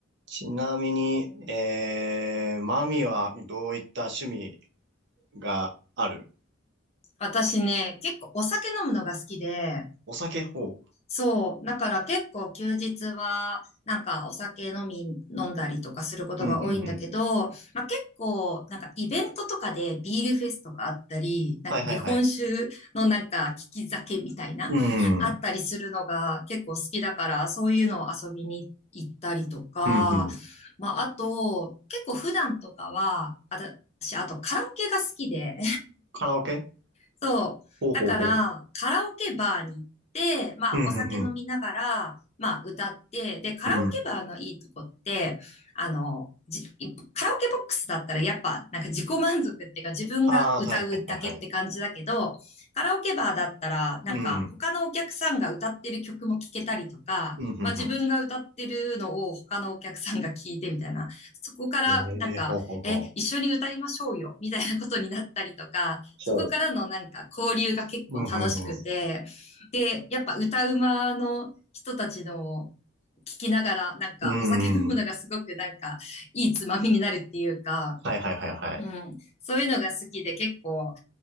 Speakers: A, on the right; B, on the left.
A: ちなみに、えー、マミはどういった趣味がある
B: 私ね、結構お酒飲むのが好きで、
A: お酒ほ
B: そう。だから結構休日は、なんかお酒飲み、飲んだりとかすることが多いんだけど、
A: う。うん、うん、うん。
B: まあ、結構、なんかイベントとかでビールフェスとかあったり、なんか日本酒のなんか利き酒みたいな、
A: はいはいはい。うん、
B: あったりするのが結構好きだから、
A: うん、
B: そういうのを遊びに行ったりとか、
A: うん。
B: まあ、あと、結構普段とかは、あた私、あとカラオケが好きで、
A: カラオケ
B: そう。
A: ほうほうほ
B: だから、カラオケバーに行って、まあ、
A: う。うん、
B: お酒飲みながら、
A: うん、
B: まあ、歌って、で、カラオケバーのいいとこって、
A: うん。うん。
B: あの、じカラオケボックスだったらやっぱなんか自己満足っていうか自分が歌うだけって感じだけど、
A: ああ、はいはいはいはい。
B: カラオケバーだったらなんか他のお客さんが歌ってる曲も聴けたりとか、
A: うん、うん、うん、うん。
B: まあ自分が歌ってるのを他のお客さんが聞いてみたいな、そこからなんか、
A: えー、ほうほうほう。
B: え、一緒に歌いましょうよみたいなことになったりとか、そこからのなんか交流が結構楽しくて、
A: ほう。うん、うん、うん。
B: で、やっぱ歌うまの人たちの聞きながら、なんかお酒飲むのがすごくなんかいいつまみになるっていうか、
A: うん、はいはいはいはい。
B: うん、そういうのが好きで結構、